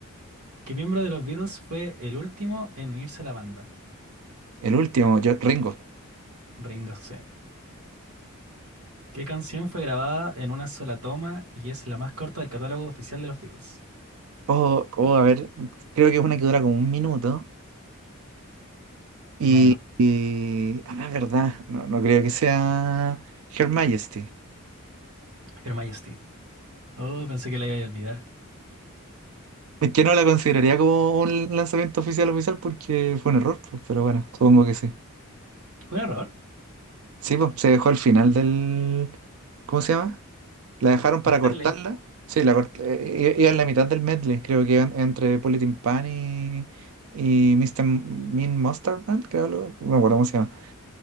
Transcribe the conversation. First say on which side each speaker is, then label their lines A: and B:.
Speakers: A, on the right; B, on the right.
A: ¿Qué miembro de los Beatles fue el último en unirse a la banda?
B: El último, yo, Ringo.
A: Ringo C. ¿Qué canción fue grabada en una sola toma y es la más corta del catálogo oficial de los Beatles?
B: Oh, oh, a ver, creo que es una que dura como un minuto. Y,
A: Menos.
B: y- ah, verdad, no, no creo que sea Her Majesty.
A: Her Majesty. Oh, pensé que la iba a olvidar.
B: Es que no la consideraría como un lanzamiento oficial oficial porque fue un error, pues, pero bueno, supongo que sí.
A: Fue un error.
B: Sí, pues, se dejó al final del... ¿Cómo se llama? La dejaron para cortarla.
A: Medley.
B: Sí, la cort- eh, i- iba en la mitad del medley, creo que iban entre Politin Pan y, y Mister Mean Monster Band, creo, lo- no me acuerdo cómo se llama.